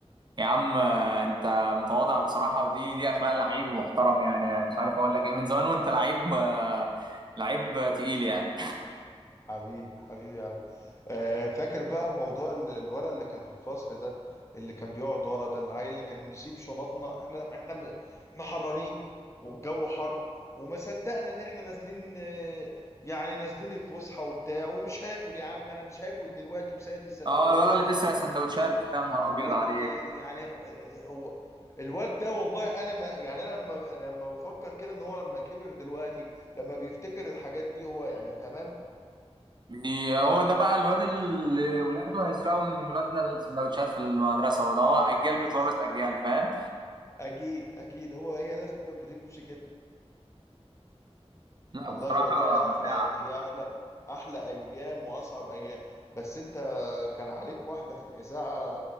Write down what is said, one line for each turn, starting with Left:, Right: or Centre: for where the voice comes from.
Right: يا عم آه، انت متواضع بصراحة ودي دي اخلاق لعيب ومحترم يعني مش عارف اقول لك ايه من زمان وانت لعيب آه، لعيب تقيل يعني
Left: حبيبي حبيبي يا عبد آه، فاكر بقى موضوع ال- الولد اللي كان في الفصل ده اللي كان بيقعد ورا ده العيل اللي كان نسيب شنطنا احنا احنا م- احنا حرانين والجو حر وما صدقنا ان احنا نازلين آه، يعني نازلين الفسحة وبتاع ومش هاكل يا عم انا مش هاكل دلوقتي وسايب السندوتشات
Right: اه الولد اللي
Left: في الشنطة
Right: بيسرق سندوتشات ده يا نهار ابيض
Left: و-
Right: عليك
Left: يعني يعني، آه، هو الواد ده والله انا ما يعني انا لما لما بفكر كده ان هو لما كبر دلوقتي لما بيفتكر الحاجات دي هو يعني تمام
Right: بي- هو ده بقى الواد اللي ولاده هيسرقوا من ولادنا السندوتشات في المدرسة برضه هو اجيال بتورث
Left: بز...
Right: اجيال فاهم
Left: اكيد اكيد هو هي لازم بتمشي كده
Right: لا
Left: والله
Right: بصراحة
Left: والله يا احلى
Right: بشاعة
Left: هي احلى احلى ايام واصعب ايام بس انت كان عليك واحده في الاذاعه